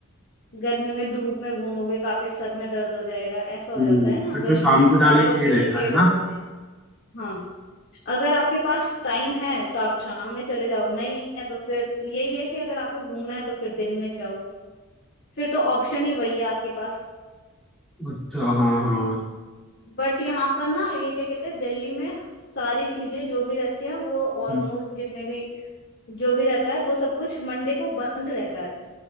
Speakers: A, on the left; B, in the centre.
A: गर्मी में धूप में घूमोगे तो आपके सर में दर्द हो जाएगा ऐसा हो
B: हम्म
A: जाता है ना
B: फिर
A: गर्मी
B: तो शाम
A: में
B: को
A: सारे
B: जाना ही
A: लोग
B: सही रहेगा
A: इरिटेट
B: है ना
A: हो जाते हैं हाँ अगर आपके पास टाइम है तो आप शाम में चले जाओ नहीं है तो फिर यही है कि अगर आपको घूमना है तो फिर दिन में जाओ फिर तो ऑप्शन ही वही है आपके पास
B: अच्छा हाँ हाँ
A: बट यहाँ पर ना ये क्या कहते हैं दिल्ली में सारी चीजें जो भी रहती है वो ऑलमोस्ट
B: हम्म,
A: जितने भी जो भी रहता है वो सब कुछ मंडे को बंद रहता है